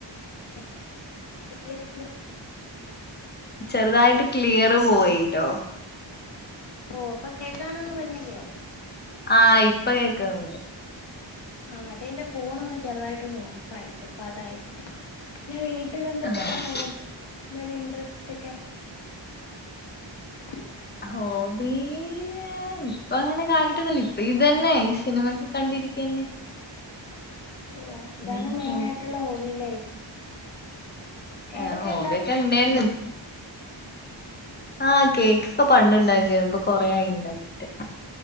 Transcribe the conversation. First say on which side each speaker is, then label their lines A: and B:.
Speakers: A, on the left; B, on the left.
A: <unintelligible>
B: ചെറുതായിട്ട് ക്ലിയറ് പോയി ല്ലോ
A: ഓ അപ്പൊ കേക്കാനൊന്നും വരുന്നില്ലയോ
B: ആ ഇപ്പൊ കേക്കുന്നു
A: ആ അതെന്റെ ഫോൺ ഒന്ന് ചെറുതായിട്ട് ഒന്ന് ഓഫ് ആയി ചെലപ്പോ അതായിരിക്കും നിന്റെവീട്ടിൽ എന്തെക്കെ
B: ആഹ്
A: ഹോബി ഇനി ഇൻഡ്രസ്റ്റൊക്കെ <inaudible>
B: ഹോബീ നെ <unintelligible> ഇപ്പൊ അങ്ങനെ കാര്യയ്ട്ടൊന്നുല്ല ഇപ്പൊ ഇതന്നെ ഈ സിനിമൊക്കെ കണ്ടിരിക്കന്നേ
A: ഓ അതാണ്
B: ഒരു
A: മെയ്നായ്ട്ടുള്ള
B: ഹോബി
A: ഹോബില്ലേ കേക്കൊക്കെ
B: ആ ഹോബിക്കെ
A: ഉണ്ടാക്ക
B: ണ്ടേര്ന്ന് ആ കേക്കൊക്കെ പണ്ട് ണ്ടാക്കീന്നു ഇപ്പൊ കൊറേ ആയി ണ്ടാക്കീട്ട്